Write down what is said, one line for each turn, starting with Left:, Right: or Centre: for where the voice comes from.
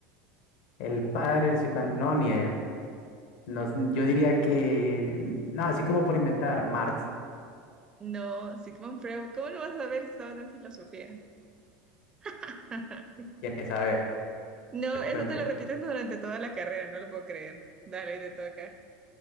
Left: el padre del psicoanálisis. No, ni idea. No, s- yo diría que. No, así como por inventar. Marx.
Right: No, Sigmund Freud, ¿cómo lo vas a saber si estabas en filosofía? <laughs>
Left: ¿Quién es? A ver,
Right: No, eso
Left: cuente.
Right: te lo repites durante toda la carrera, no lo puedo creer. Dale, te toca.